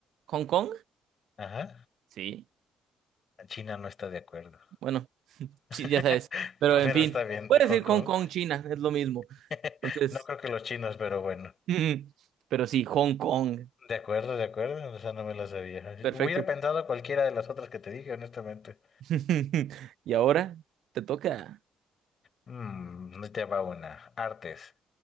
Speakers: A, on the right; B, on the left.
A: ¿Hong Kong?
B: Ajá.
A: Sí.
B: China no está de acuerdo.
A: Bueno,
B: <laughs>
A: chi- ya sabes. Pero en
B: Pero
A: fin,
B: está bien,
A: puedes
B: Hong
A: decir
B: Kong.
A: Hong Kong, China, es lo mismo.
B: <laughs>
A: Entonces,
B: No creo que los chinos, pero bueno.
A: <laughs> pero sí, Hong Kong.
B: De acuerdo, de acuerdo. Esa no me la sabía.
A: Perfecto.
B: Hubiera pensado cualquiera de las otras que te dije, honestamente.
A: <laughs> Y ahora te toca.
B: Mm, ahí te va una. Artes.